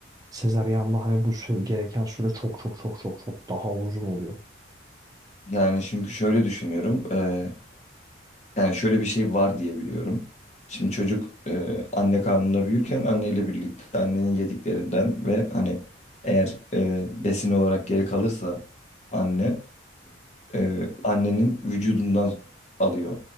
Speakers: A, on the right; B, on the left.
A: sezaryanda hani bu süre, gereken süre çok çok çok çok çok daha uzun oluyor.
B: Yani çünkü şöyle düşünüyorum. eee, yani şöyle bir şey var diye biliyorum. Şimdi çocuk eee, anne karnında büyürken anneyle birlikte annenin yediklerinden ve hani eğer eee, besin olarak geri kalırsa anne eee, annenin vücudundan alıyor